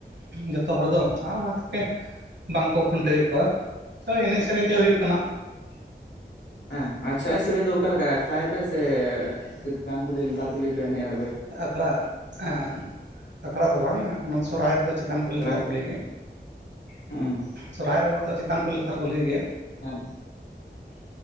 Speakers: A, on the right; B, on the left.
A: ᱡᱚᱛᱚ ᱦᱚᱲ ᱫᱚ ᱚᱱᱟ ᱠᱚᱜᱮ ᱵᱟᱝᱠᱚ ᱠᱷᱩᱱᱴᱟᱹᱣᱮᱫ ᱠᱚᱣᱟ ᱛᱚ ᱮᱱᱮᱡ ᱥᱮᱨᱮᱧ ᱛᱮ ᱦᱩᱭᱩᱜ ᱠᱟᱱᱟ
B: <inaudible> ᱦᱮᱸ ᱟᱪᱪᱷᱟ ᱮᱱᱮᱡ ᱥᱮᱨᱮᱧ ᱫᱚ ᱚᱠᱟᱞ ᱞᱮᱠᱟ ᱟᱠᱷᱲᱟᱭᱟᱯᱮ ᱥᱮ ᱪᱮᱛᱟᱱ ᱠᱩᱞᱤ ᱞᱟᱛᱟᱨ ᱠᱩᱞᱤ ᱯᱮ ᱮᱱᱮᱡᱼᱟ
A: ᱟᱠᱷᱲᱟ ᱦᱮᱸ ᱟᱠᱷᱲᱟ ᱫᱚ ᱵᱟᱝ ᱚᱱᱟ ᱥᱚᱨᱦᱟᱭ ᱨᱮᱫᱚ ᱪ ᱪᱮᱛᱟᱱ ᱠᱚᱦᱞᱤ
B: ᱟᱠᱷᱲᱟ
A: ᱞᱟᱛᱟᱨ ᱜᱮ
B: ᱦᱩᱸ
A: ᱥᱚᱨᱚᱦᱟᱭ ᱨᱮᱢᱟᱛᱚ ᱪᱮᱛᱟᱱ ᱠᱚᱦᱞᱤ ᱞᱟᱛᱟᱨ ᱠᱩᱞᱦᱤ ᱜᱮ
B: <unintelligible> ᱦ